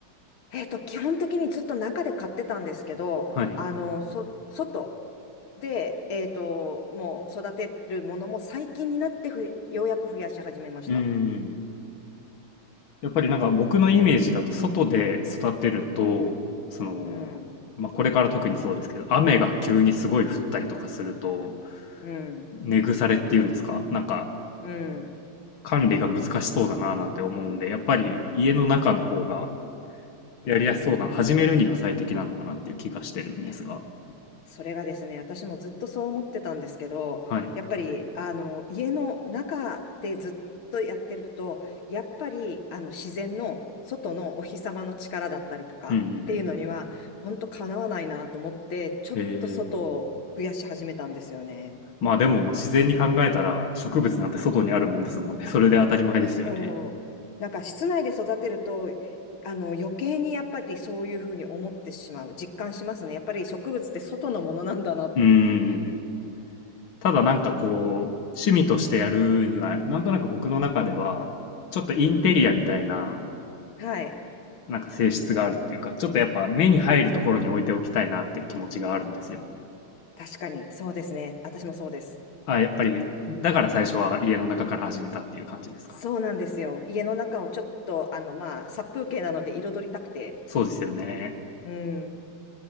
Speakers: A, on the left; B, on the left.
A: えっと、基本的にずっと中で買ってたんですけど、
B: はい
A: あの、そ、外、で、えっと、もう育てるものも最近になってふ、ようやく増やし始めました。
B: うん。やっぱりなんか僕のイメージだと外で育てると、その、
A: うん、
B: まあ、これから特にそうですけど、雨が急にすごい降ったりとかすると、
A: うん、
B: 根腐れっていうんですかなんか
A: うん、
B: 管理が難しそうだななんて思うんで、やっぱり家の中の方が
A: うん。
B: やりやすそうな、始めるには最適なのかなっていう気がしてるんですが。
A: いや、それがですね、私もずっとそう思ってたんですけど、
B: はい。
A: やっぱり、あの、家の中でずっとやってると、やっぱり、あの、自然の外のお日様の力だったりとかっていうのには、
B: うんうんうん。
A: 本当かなわないなと思って、ちょっと外を増やし始めたんですよね。
B: へえ。まあでも自然に考えたら植物なんて外にあるもんですもんね。それで当たり前ですよね。
A: そう。なんか室内で育てると、あの余計にやっぱりそういうふうに思ってしまう、実感しますね。やっぱり植物って外のものなんだなっていう。
B: うんうん。ただなんかこう、趣味としてやるには、なんとなく僕の中では、ちょっとインテリアみたいな、
A: はい。
B: なんか性質があるっていうか、ちょっとやっぱ目に入るところに置いておきたいなっていう気持ちがあるんですよ。
A: 確かに、そうですね。私もそうです。
B: あ、やっぱり、だから最初は家の中から始めたっていう感じですか。
A: そうなんですよ。家の中をちょっと、あの、まあ、殺風景なので彩りたくて。
B: そうですよね。
A: うん。